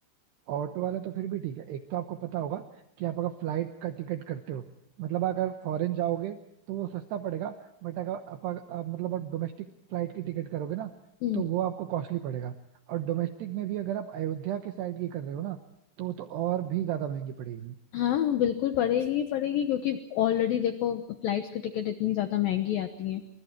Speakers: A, on the right; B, on the left.
A: ऑटो वाला तो फिर भी ठीक है एक तो आपको पता होगा कि आप अगर फ्लाइट का टिकट करते हो मतलब अगर फॉरेन जाओगे तो वो सस्ता पड़ेगा बट अगर आप, आप मतलब आप डोमेस्टिक फ्लाइट की टिकट करोगे ना
B: हम्म
A: तो वो आपको कॉस्टली पड़ेगा और डोमेस्टिक में भी अगर आप अयोध्या के साइड की कर रहे हो ना तो वो तो और भी ज्यादा महंगी पड़ेगी
B: हाँ बिल्कुल पड़ेगी ही पड़ेगी क्योंकि ऑलरेडी देखो फ्लाइट्स की टिकट इतनी ज्यादा महंगी आती हैं